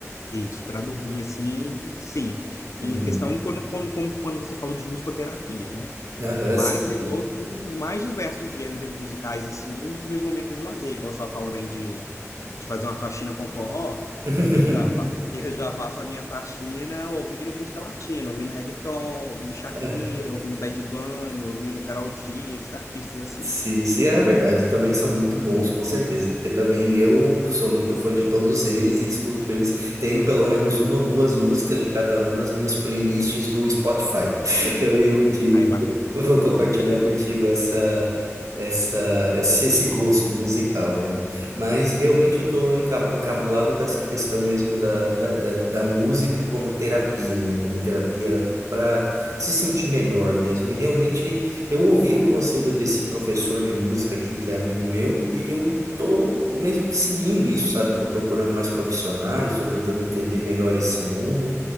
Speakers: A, on the left; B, on the right.
A: isso, para dormir, assim, sim. Em
B: Uhum.
A: questão, quando, quando, como- quando você falou de musicoterapia, né?
B: Aham,
A: Mas
B: sim, sim.
A: eu ouço os mais diversos gêneros musicais, assim, nos meus momentos de lazer. Igual você estava falando aí de, de fazer uma faxina com forró,
B: <laughs>
A: eu já, fa- eu já faço a minha faxina ouvindo música latina, ouvindo reggaeton, ouvindo Shakira,
B: Aham,
A: ouvindo Bad Bunny, ouvindo Karol G, esses artistas assim.
B: Se, se é verdade, também são muito bons, com certeza, porque também eu sou muito fã de todos eles e escuto eles. Tenho pelo menos uma ou duas músicas de cada um nas minhas playlists do Spotify. <laughs> Também vou te,
A: Aí, bacana,
B: vou compartilhar contigo essa, essa, esse, esse gosto musical, né? Mas realmente eu estou encabulado com essa questão mesmo da, da, da, da música como terapia, né? Como terapia para se sentir melhor mesmo. E realmente. Eu ouvi o conselho desse professor de música aqui, que é amigo meu, e eu tô mesmo que seguindo isso, sabe? Tô procurando mais profissionais, tô tentando entender melhor esse mundo.